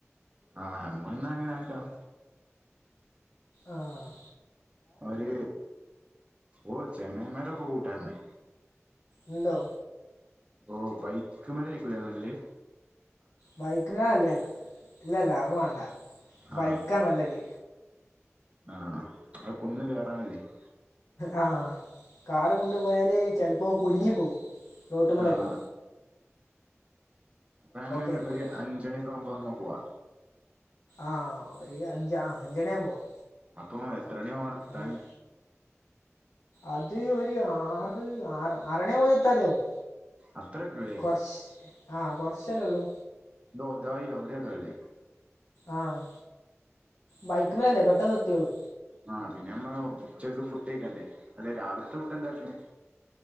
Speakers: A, on the right; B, on the left.
A: ആഹ് നമ്മള് ന്നാ അങ്ങനെ ആക്കണം
B: ആഹ്
A: അവര് ഓഹ് ചെങ്ങൈമാരൊക്കെ കൂട്ടാമ്മേ
B: ഉണ്ടോ
A: ഓഹ് ബൈക്ക്മേല് ആയിരിക്കൂലെ നല്ലേ
B: ബൈക്കുമേല നല്ലെ ഇല്ലല്ല അത് വേണ്ട ബൈക്കാ
A: ആഹ്
B: നല്ലത്
A: ആഹ് അത് കുന്ന് കേറാ <unintelligible>
B: ആഹ് കാറ് കൊണ്ടു പോയാല് ചെൽപ്പോ കുട്ങ്ങി പോവും റോട്ടുമെലൊക്കെ
A: ആഹ് അപ്പൊ നമ്മ
B: ആയിരിക്കും
A: ഒരു അഞ്ചണി ഒക്കെ ആവുമ്പോ നമ്മ പോവാ
B: ആഹ് ഒരു അഞ്ച് ആഹ് അഞ്ചണിയാ പോവാം
A: അപ്പൊ എത്രണി ആവും അവിടെത്താൻ
B: ഏഹ്, അത് ഒരു ആറ് ആർ ആറണി ആവുമ്പോ എത്താതിയാവും
A: അത്ര ഉള്ളൂല്ലേ
B: കൊർച്ച് ആഹ് കൊർച്ചല്ലേ ഉള്ളൂ
A: ഇത് ഒതായി അവിടെ ഔടെ അല്ലേ
B: ആഹ് ബൈക്ക്മെലല്ലേ പെട്ടെന്ന് എത്തിയോളും
A: ആഹ് പിന്നെ നമ്മള് ഉച്ചക്ക് ഫുഡ്‌ കഴിക്കണ്ടേ അതെ രാവിൽത്തെ ഫുഡ്‌ എന്താട്ട്ണ്